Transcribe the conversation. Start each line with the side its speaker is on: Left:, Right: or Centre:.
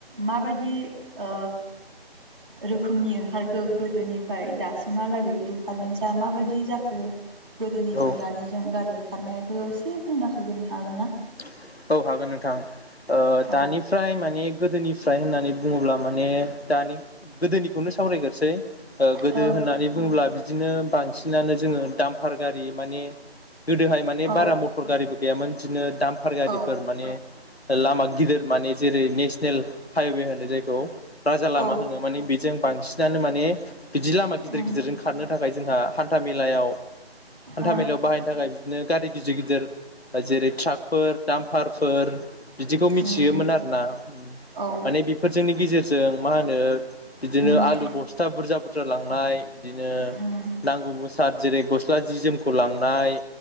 Right: माबायदि ओ रोखोमनि ओंखारखो गोदोनिफ्राय दासिमहालागै दिडिफारेन्सा माबायदि जाखो गोदोनिजों
Left: औ
Right: दानिजों गारि ओंखारनायखो एसे बुंना होगोन हागोन ना?
Left: औ हागोन नोंथां। ओ
Right: औ
Left: दानिफ्राय माने गोदोनिफ्राय होननानै बुङोब्ला माने दानि गोदोनिखौनो सावरायगोरसै। ओ गोदो
Right: औ
Left: होननानै बुङोब्ला बिदिनो बांसिनानो जोङो दामफार गारि माने गोदोहाय माने
Right: औ
Left: बारा मटर गारिबो गैयामोन बिदिनो दामफार गारिफोर
Right: औ
Left: माने लामा गिदिर माने जेरै नेसनेल हाइवे होनो जायखौ राजा
Right: औ
Left: लामा होनो माने बेजों बांसिनानो माने बिदि लामा गिदिर
Right: उम
Left: गिदिरजों खारनो थाखाय जोंहा हान्था मेलायाव हान्था
Right: औ
Left: मेलायाव बाहायनो थाखाय बिदिनो गारि गिदिर गिदिर जेरै ट्राक फोर दामफारफोर बिदिखौ मिथियोमोन
Right: उम
Left: आरो ना उम।
Right: औ
Left: माने बेफोरजोंनि गेजेरजों मा होनो बिदिनो
Right: उम
Left: आलु बस्था बुरजा बुरजा लांनाय बिदिनो
Right: उम
Left: नांगौ ब'साद जेरै गस्ला जि जोमखौ लांनाय